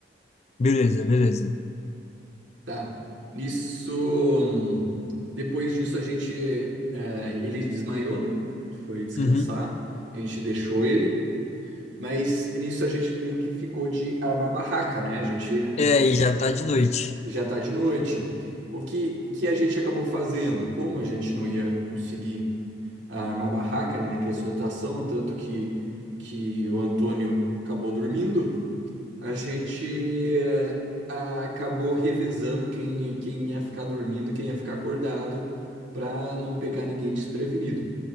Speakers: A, on the left; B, on the right.
A: Beleza, beleza.
B: tá? Nisso, hum, depois disso a gente, eh, ele desmaiou, né? Foi descansar,
A: Uhum.
B: a gente deixou ele. Mas nisso a gente meio que ficou de armar barraca, né? A gente, né,
A: É, e já tá de noite.
B: já está de noite. O que, que a gente acabou fazendo? Como a gente não ia conseguir ah, armar barraca ali naquela situação, tanto que, que o Antônio acabou dormindo, a gente eh, a- acabou revezando quem, quem ia ficar dormindo, quem ia ficar acordado, para não pegar ninguém desprevenido,